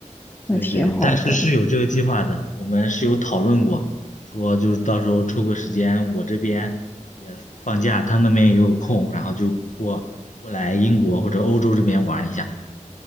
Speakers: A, on the left; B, on the left.
A: 对对，
B: 那挺好的
A: 但是是有这个计划的，我们是有讨论过，说就是到时候抽个时间，我这边也放假，他那边也有空，然后就过过来英国或者欧洲这边玩一下。